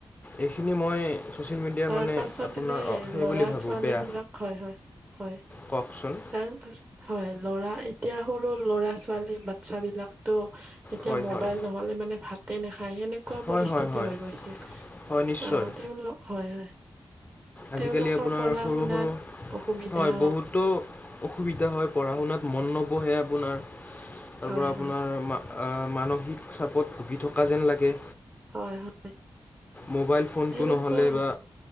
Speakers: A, on the left; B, on the right.
A: এইখিনি মই। ছ'চিয়েল মিডিয়াৰ
B: তাৰ
A: মানে
B: পাছত
A: আপোনাৰ
B: এনে
A: অ সেই
B: লৰা
A: বুলি ভাবোঁ
B: ছোৱালী
A: বেয়া
B: বিলাক হয় হয়। হয়
A: কওকচোন
B: তাৰ পাছত হয়। ল'ৰা এতিয়া সৰু ল'ৰা ছোৱালী বাতচ্ছা বিলাকতো এতিয়া
A: হয়
B: মোবাইল
A: হয়
B: নহলে মানে ভাতে নাখা। খাই সেনেকোৱা
A: হয়
B: পৰিস্থিতি
A: হয় হয়
B: হৈ গৈছে
A: হয় নিশ্চয়
B: অহ তেওঁলোক হয় হয়।
A: আজিকালি
B: তেওঁলোকৰ
A: আপোনাৰ
B: পঢ়া
A: সৰু
B: শুনাত
A: সৰু
B: অসুবিধা
A: হয় বহুতো অসুবিধা হয় পঢ়া শুনাত মন ন বহে আপোনাৰ তাৰ
B: হয়
A: পৰা আপোনাৰ
B: হয়
A: মা আ। মানসিক চাপত ভুগি থকা যেন লাগে।
B: হয় হয়
A: মোবাইল ফোনটো
B: সেনেকোৱা
A: নহ'লে বা